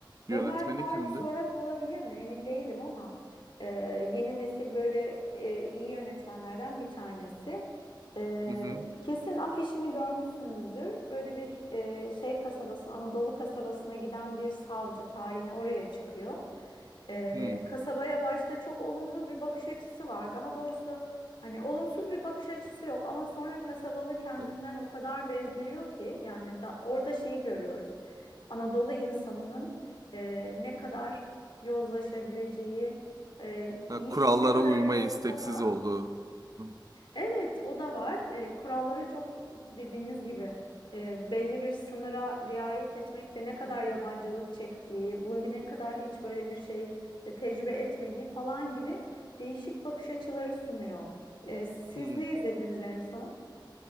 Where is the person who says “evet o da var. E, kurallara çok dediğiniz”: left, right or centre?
Left